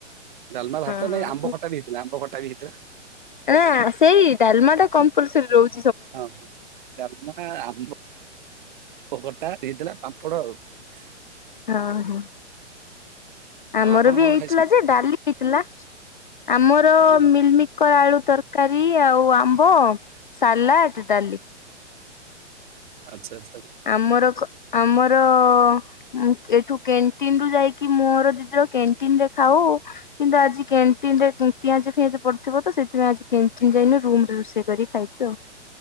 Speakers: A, on the right; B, on the left.
A: ଡାଲମା
B: ହଁ।
A: ଭାତ ନାଇଁ ଆମ୍ବ ଖଟା ବି ହେଇଥିଲା ଆମ୍ବ ଖଟା ବି ହେଇଥିଲା।
B: ନା ସେଇ ଡାଲମା ଟା କମ୍ପଲସରି ରହୁଚି
A: ହଁ ହଁ ଡାଲମା ଆମ୍ବ ଖଟା ହେଇଥିଲା। <unintelligible>
B: ହଁ ହଁ। ଆମର
A: ଆଉ ଆପଣ
B: ବି
A: କଣ
B: ହେଇଥିଲା
A: ଖାଇଛନ୍ତି?
B: ଯେ ଡାଲି ହେଇଥିଲା ଆମର
A: ହଁ
B: ମିଲମିକର ଆଲୁ ତରକାରୀ ଆଉ ଆମ୍ବ ସାଲାଟ ଡାଲି।
A: ଆଚ୍ଛା ଆଛା।
B: ଆମର ଖ ଆମର ଅ-ଅ ଏଠୁ କ୍ୟାଣ୍ଟିନ ରୁ ଯାଇକି ମୋର ଦିଦିର କ୍ୟାଣ୍ଟିନ ରେ ଖାଉ କିନ୍ତୁ ଆଜି କ୍ୟାଣ୍ଟିନ ପିଆଜ ଫିଆଜ ପଡିଥିବ ତ ସେଥିପାଇଁ ଆଜି କ୍ୟାଣ୍ଟିନ ଯାଇନୁ ରୁମ ରେ ରୋଷେଇ କରି ଖାଇଛୁ ଆଉ।